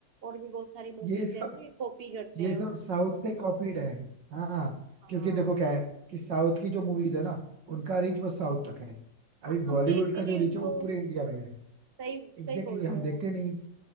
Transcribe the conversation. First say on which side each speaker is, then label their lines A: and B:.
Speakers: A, on the right; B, on the right.
A: और भी बहुत सारी मूवीज
B: ये सब
A: है जो कॉपी करते
B: ये
A: हैं
B: सब
A: उनकी
B: साउथ से कॉपीड है हाँ
A: हाँ
B: क्योंकि देखो क्या है कि साउथ की जो मूवीज है ना उनका रीच बस साउथ तक है अभी
A: हाँ, हम
B: बॉलीवुड
A: देखते
B: का
A: नहीं
B: जो रीच
A: उनको
B: है वो पूरे इंडिया में है
A: सही
B: एग्जैक्टली
A: सही बोल
B: exactly,
A: रहे
B: हम
A: हो
B: देखते नहीं